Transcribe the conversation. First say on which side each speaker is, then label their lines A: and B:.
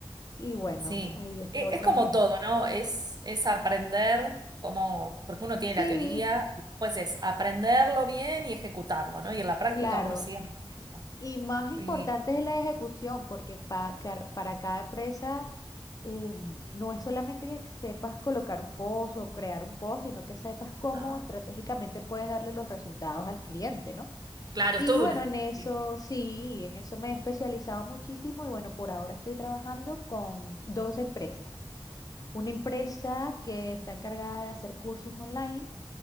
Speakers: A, on the left (about 35°); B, on the right (about 45°).
A: Y bueno,
B: Sí.
A: ahí estoy
B: E- Es,
A: con
B: como
A: esto.
B: todo, ¿no? Es, es aprender como, porque uno tiene
A: Sí,
B: la teoría, y después es aprenderlo bien y ejecutarlo, ¿no? Y en la práctica
A: claro.
B: uno sigue aprendiendo.
A: Y más importante
B: Y,
A: es la ejecución, porque pa- car- para cada empresa em, no es solamente que sepas colocar un post o crear un post, sino que sepas cómo
B: ah,
A: estratégicamente puedes darle los resultados al cliente, ¿no?
B: claro,
A: Y
B: es todo
A: bueno,
B: una...
A: en eso
B: Sí.
A: sí, en eso me he especializado muchísimo y bueno, por ahora estoy trabajando con dos empresas. Una empresa que está encargada de hacer cursos online